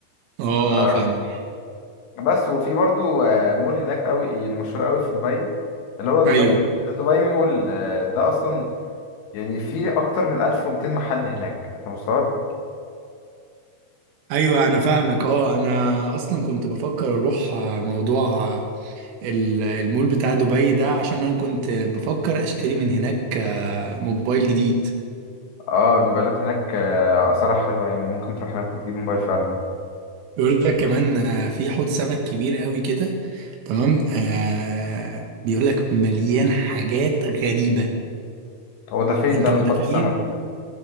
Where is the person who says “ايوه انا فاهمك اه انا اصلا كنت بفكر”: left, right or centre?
Right